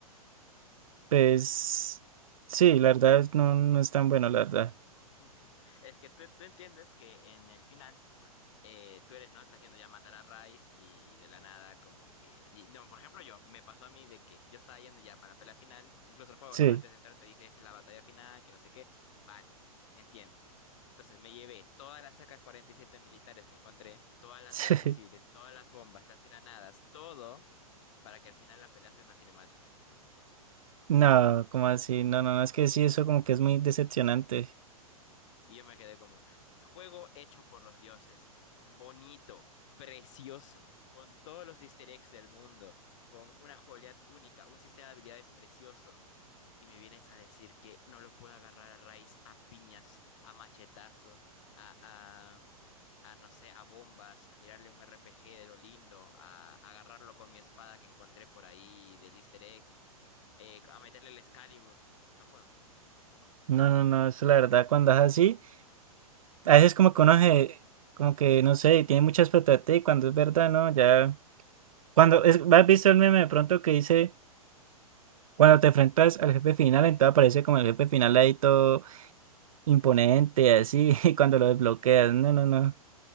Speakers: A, on the right; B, on the left.
A: Pues... Sí, la verdad no, no es tan bueno, la verdad.
B: <laughs> Es que tú, tú entiendes que en el final eh, tú eres, ¿no? Estás yendo ya a matar a Rice y de la nada como que... di- No, por ejemplo, yo, me pasó a mí de que yo estaba yendo ya para pelea final, incluso el juego,
A: Sí.
B: ¿no? Antes de entrar te dice, esta es la batalla final, que no sé qué. Vale, entiendo. Entonces me llevé todas las sacas 47 militares que encontré, todas las
A: <laughs>
B: balas posibles, todas las bombas, las granadas, todo para que al final la pelea sea una cinemática.
A: No, como así? No, no, no, es que sí, eso como que es muy decepcionante.
B: Y yo me quedé como, juego hecho por los dioses, bonito, precioso, con todos los easter eggs del mundo, con una jugabilidad única, un sistema de habilidades precioso. Y me vienes a decir que no lo puedo agarrar a raíz, a piñas, a machetazos, a, a, a no sé, a bombas, a tirarle un RPG de lo lindo, a, a agarrarlo con mi espada que encontré por ahí del easter egg, eh, a meterle el Excalibur. No puedo. No,
A: No, no, no, eso la verdad, cuando es así, a veces como que uno se- como que no sé, tiene mucha expectativa y cuando es verdad, ¿no? Ya, cuando es, ¿has visto el meme de pronto que dice, cuando te enfrentas al jefe final, entonces aparece como el jefe final ahí todo imponente, así, <laughs> y cuando lo desbloqueas, no, no, no,